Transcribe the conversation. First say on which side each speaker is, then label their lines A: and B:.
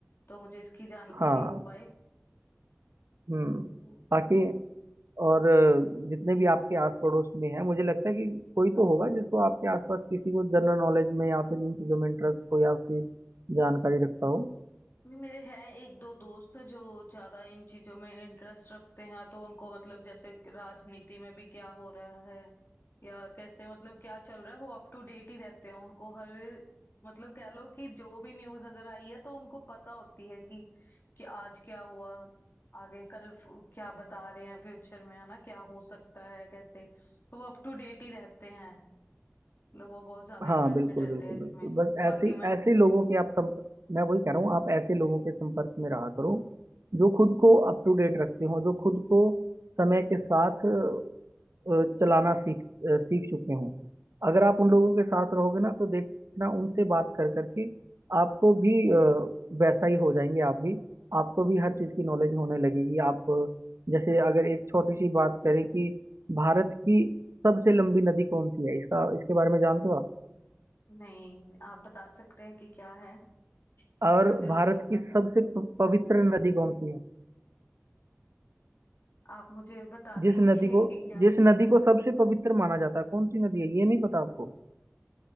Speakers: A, on the left (about 55°); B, on the right (about 75°).
A: तो मुझे इसकी जानकारी
B: हाँ
A: हो पाए
B: हम्म
A: तो
B: बाकी और अ, जितने भी आपके आस पड़ोस में है मुझे लगता है कि कोई तो होगा जिसको आपके आसपास किसी को जनरल नॉलेज में या फिर इन चीज़ों में इंटरेस्ट हो या फिर जानकारी रखता हो
A: नहीं, मेरे हैं एक दो दोस्त जो ज्यादा इन चीजों में इंटरेस्ट रखते हैं तो उनको मतलब जैसे राजनीति में भी क्या हो रहा है या कैसे मतलब क्या चल रहा है वो अप टू डेट ही रहते हैं उनको हर मतलब कह लो कि जो भी न्यूज अगर आई है तो उनको पता होती है कि कि आज क्या हुआ आगे कल फ- क्या बता रहे हैं फ्यूचर में है ना क्या हो सकता है कैसे तो वो अप टू डेट ही रहते हैं मतलब वो बहुत ज्यादा
B: हाँ
A: इंटरेस्टेड
B: बिल्कुल
A: रहते
B: बिल्कुल
A: हैं इसमें
B: बिल्कुल बस ऐसे
A: बाकी मैं
B: ऐसे लोगों के आप संपर्क मैं वही कह रहा हूँ आप ऐसे लोगों के संपर्क में रहा करो जो खुद को अप टू डेट रखते हो जो खुद को समय के साथ अ, चलाना सीख अ, सीख चुके हों अगर आप उन लोगों के साथ रहोगे ना तो देखना उनसे बात कर करके आपको भी अ, वैसा ही हो जाएंगे आप भी आपको भी हर चीज़ की नॉलेज होने लगेगी आप अ, जैसे अगर एक छोटी सी बात करें कि भारत की सबसे लंबी नदी कौन सी है इसका इसके बारे में जानते हो आप
A: नहीं आप बता सकते हैं कि क्या है
B: और
A: मैं जरूर
B: भारत
A: जानना
B: की
A: चाहती
B: सबसे
A: हूँ
B: प- पवित्र नदी कौन सी है
A: आप मुझे बता दीजिए
B: जिस नदी को
A: कि क्या
B: जिस नदी को सबसे पवित्र माना जाता है कौन सी नदी है ये नहीं पता आपको